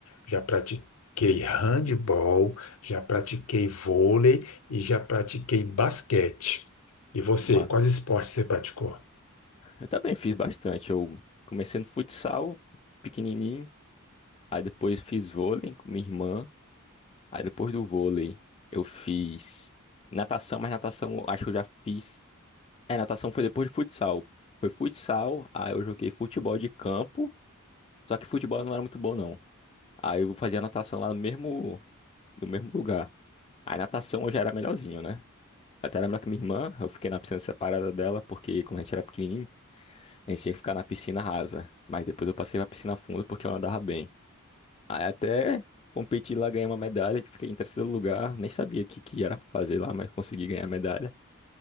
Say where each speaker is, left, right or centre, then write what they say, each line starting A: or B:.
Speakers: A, on the left (about 75°); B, on the left (about 25°).
A: já pratiquei handball já pratiquei vôlei e já pratiquei basquete. E você,
B: massa.
A: quais esportes você praticou?
B: Eu também fiz bastante. Eu comecei no futsal, pequenininho. Aí depois fiz vôlei com minha irmã. Aí depois do vôlei eu fiz natação, mas natação eu acho que eu já fiz. É, natação foi depois de futsal. Foi futsal, aí eu joguei futebol de campo. Só que futebol eu não era muito bom, não. Aí eu fazia natação lá no mesmo, no mesmo lugar. Aí natação eu já era melhorzinho, né? Até era melhor que minha irmã, eu fiquei na piscina separada dela, porque quando a gente era pequenininho, a gente tinha que ficar na piscina rasa. Mas depois eu passei pra piscina funda porque eu nadava bem. Aí até competi lá, ganhei uma medalha, fiquei em terceiro lugar, nem sabia o que, que era pra fazer lá, mas consegui ganhar a medalha.